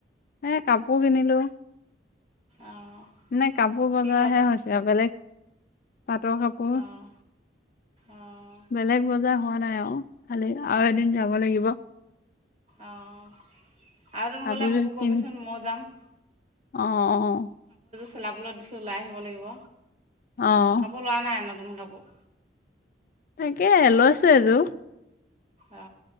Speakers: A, on the left; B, on the right.
A: এ কাপোৰ কিনিলো।
B: অঁ
A: মানে কাপোৰ বজাৰ
B: কি কাপোৰ
A: হে হৈছে আৰু বেলেগ পাটৰ কাপোৰ।
B: অঁ অঁ
A: বেলেগ বজাৰ হোৱা নাই আৰু খালি আৰু এদিন যাব লাগিব।
B: অ আৰু এদিন
A: কাপোৰযোৰ
B: গলে মোকো
A: কিনি
B: কবিচোন মই যাম।
A: অ অ।
B: চিলাবলৈত দিছোঁ ওলাই আহিব লাগিব,
A: অ
B: কাপোৰ লোৱা নাই নতুন কাপোৰ।
A: তাকে লৈছোঁ এযোৰ।
B: অ।